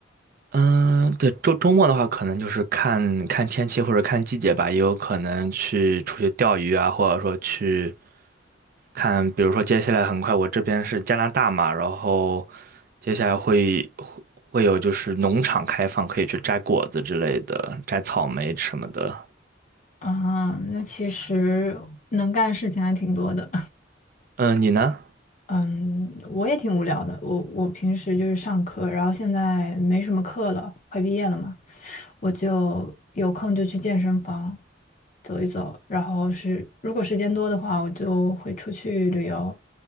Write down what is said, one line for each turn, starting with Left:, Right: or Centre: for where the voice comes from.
Right: 嗯，对，周周末的话，可能就是看看天气或者看季节吧，也有可能去出去钓鱼啊，或者说去。看，比如说接下来很快，我这边是加拿大嘛，然后接下来会会会有就是农场开放，可以去摘果子之类的，摘草莓什么的。
Left: 啊，那其实能干的事情还挺多的。
Right: 嗯，你呢？
Left: <laughs> 嗯，我也挺无聊的。我我平时就是上课，然后现在没什么课了，快毕业了嘛，我就有空就去健身房走一走，然后是如果时间多的话，我就会出去旅游。